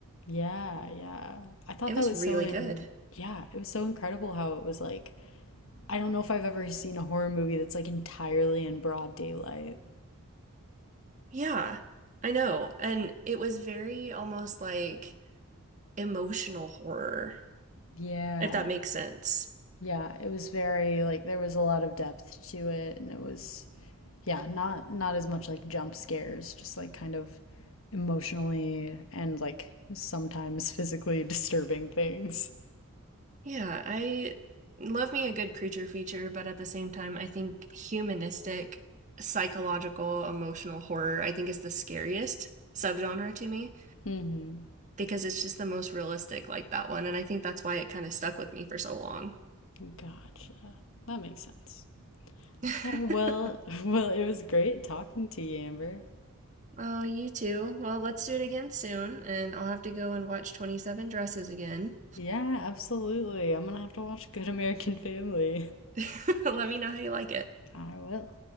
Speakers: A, on the left (about 65°); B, on the right (about 35°).
A: Yeah, yeah. I thought
B: It
A: that
B: was
A: was
B: really
A: so in,
B: good.
A: yeah, it was so incredible how it was like, I don't know if I've ever seen a horror movie that's like entirely in broad daylight.
B: Yeah, I know. And it was very almost like emotional horror,
A: Yeah.
B: if that makes sense.
A: Yeah, it was very like there was a lot of depth to it and it was yeah, not not as much like jump scares, just like kind of emotionally and like sometimes <laughs> physically disturbing things.
B: Yeah, I love me a good creature feature, but at the same time, I think humanistic, psychological, emotional horror, I think is the scariest subgenre to me
A: Mm-hmm.
B: because it's just the most realistic, like that one. And I think that's why it kind of stuck with me for so long.
A: Gotcha. That makes sense.
B: <laughs>
A: Okay, well, <laughs> well, it was great talking to you, Amber.
B: Oh, you too. Well, let's do it again soon, and I'll have to go and watch 27 Dresses again.
A: Yeah, absolutely. I'm gonna have to watch Good American Family.
B: <laughs> Let me know how you like it.
A: <laughs> I will.